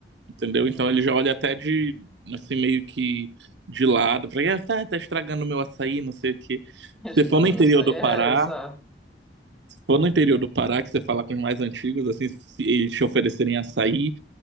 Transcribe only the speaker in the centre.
Hum,
<laughs>
chegando
no
meu sonho,
é
essa,